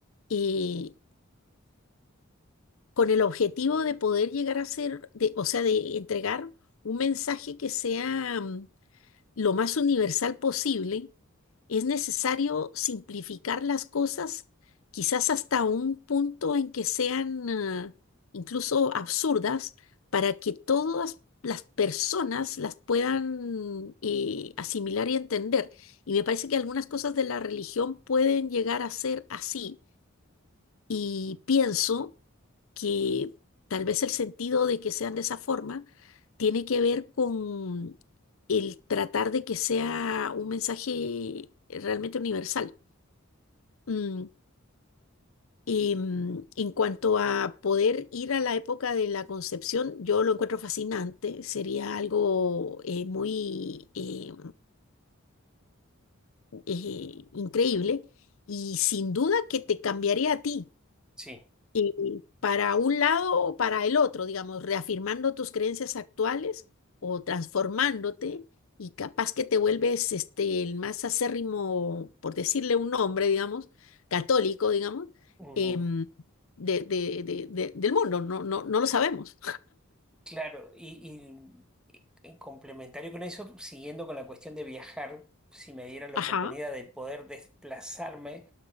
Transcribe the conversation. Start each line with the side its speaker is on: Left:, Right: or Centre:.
Left: eh, con el objetivo de poder llegar a ser, de, o sea, de entregar un mensaje que sea mm, lo más universal posible, es necesario simplificar las cosas, quizás hasta un punto en que sean ah, incluso absurdas, para que todas las personas las puedan eh, asimilar y entender. Y me parece que algunas cosas de la religión pueden llegar a ser así. Y pienso que tal vez el sentido de que sean de esa forma tiene que ver con el tratar de que sea un mensaje realmente universal. Mm, y mm, en cuanto a poder ir a la época de la concepción, yo lo encuentro fascinante, sería algo eh, muy eh, eh, increíble y sin duda que te cambiaría a ti.
Centre: Sí.
Left: y para un lado o para el otro, digamos, reafirmando tus creencias actuales o transformándote y capaz que te vuelves este, el más acérrimo, por decirle un nombre, digamos, católico, digamos,
Centre: Ujú.
Left: em, de, de- de- de- del mundo, no, no, no lo sabemos.
Centre: Claro, y, y- y complementario con eso, siguiendo con la cuestión de viajar, si me dieran la
Left: Ajá,
Centre: oportunidad de poder desplazarme